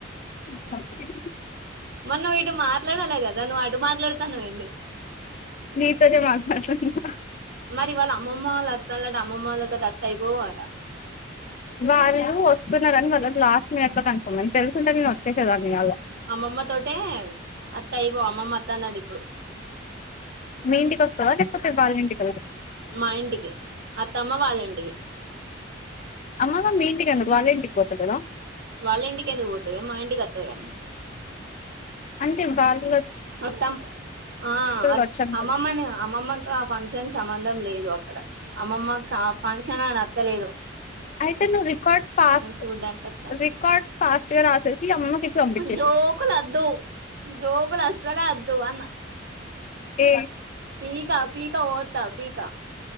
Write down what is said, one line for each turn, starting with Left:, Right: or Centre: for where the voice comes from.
Left: చంపే స్
Right: మొన్న వీడు మాత్ మాట్లాడాలి కదా నువ్వు అటు మాట్లాడుతాన్నావెంది
Left: నీతోనే మాట్లాడుతున్నా
Right: మరి వాళ్ళ అమ్మమ్మ వాళ్ళ అత్తాండ్లట అమ్మమ్మ వాళ్ళతోటి అత్తే అయిపోవు గాద రా
Left: వాళ్ళు వస్తున్నారని వాళ్ళ క్లాస్ మేట్ ఎ కనుకోమని తెలుసుంటే నేను వచ్చేసేదాన్నే కాదు
Right: అమ్మమ్మ తోటే అత్తే అయిపోవ్ అమ్మమ్మ అత్తంది అట ఇప్పుడు
Left: మీ ఇంటి కి వస్తావా లేకపోతే వాళ్ళ ఇంటి కి
Right: మా ఇంటికి అత్తమ్మ వాళ్ళింటికి
Left: అమ్మమ్మ మీ ఇంటికి ఎందుకు వాళ్ల ఇంటికి పోతలేదా
Right: వాళ్ళ ఇంటికి ఎందుకు పోతది మా ఇంటికి వత్తది గాని
Left: <unintelligible> బాల
Right: వస్తాం ఆ
Left: కావచ్చు అనుకున్న
Right: అమ్మమ్మని అమ్మమ్మకు ఆ ఫంక్షన్ సంబంధం లేదు క్క అమ్మమ్మకు ఫంక్షన్ అని వత్తలేదు
Left: అయితే నువ్వు రికార్డ్ ఫాస్ట్
Right: చూడ్డానికి వస్తాను
Left: రికార్డ్ ఫాస్ట్ గా రాసేసి అమ్మమ్మకి ఇచ్చి పంపించేసేయ్
Right: జోకులు అద్దు జోకులు అస సల వద్దు అన్న
Left: ఏ
Right: పీక పీక కోత్తా పీక